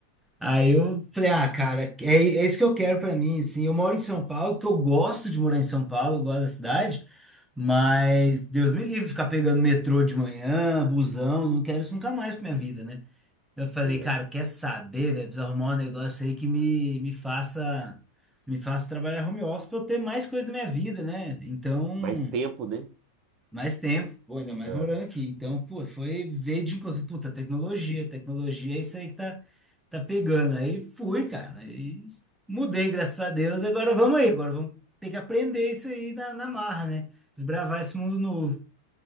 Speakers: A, in the centre; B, on the right.
A: Aí eu falei, ah, cara, é, é isso que eu quero pra mim, assim. Eu moro em São Paulo, porque eu gosto de morar em São Paulo, eu gosto da cidade, mas Deus me livre de ficar pegando metrô de manhã, busão, não quero isso nunca mais pra minha vida, né? Eu falei,
B: É,
A: cara, quer saber, velho? Preciso arrumar um negócio aí que me, me faça me faça trabalhar home office pra eu ter mais coisa da minha vida, né? Então,
B: Mais tempo, né?
A: mais tempo, pô, ainda mais
B: É,
A: morando aqui. Então, pô, foi veio de encontro. Puta, tecnologia, tecnologia é isso aí que tá, tá pegando. Aí fui, cara. Aí mudei, graças a Deus. Agora vamos aí, agora vamos ter que aprender isso aí na, na marra, né? Desbravar esse mundo novo.